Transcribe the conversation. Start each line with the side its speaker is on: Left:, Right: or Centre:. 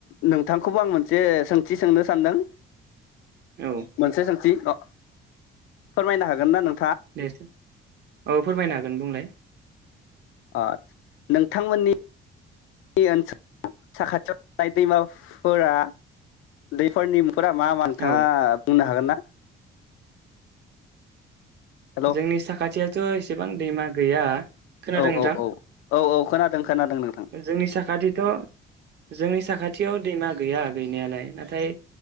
Left: नोंथांखौबो आं मोनसे सोंथि सोंनो सानदों।
Right: औ
Left: मोनसे सोंथि अ फोरमायनो हागोन ना नों
Right: दे सों औ फोरमायनो हागोन बुंलाय।
Left: आदसा नोंथांमोननि <unintelligible> साखाथियाव थानाय दैमाफोरा दैफोरनि फोरा मा मा नोंथाङा
Right: औ
Left: बुंनो हागोन ना? हेलौ
Right: जोंनि साखाथियाव थ' एसेबां दैमा गैया खोनादों
Left: औ
Right: नोंथां
Left: औ औ औ औ खोनादों खोनादों नोंथां
Right: जोंनि साखाथिथ' जोंनि साखाथि खाथियाव दैमा गैया गैनायालाय नाथाय